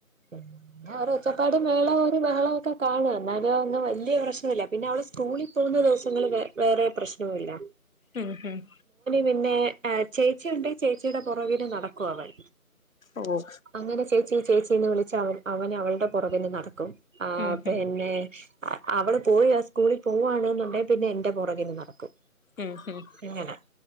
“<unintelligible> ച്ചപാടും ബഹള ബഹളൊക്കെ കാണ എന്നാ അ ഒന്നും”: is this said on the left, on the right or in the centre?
Right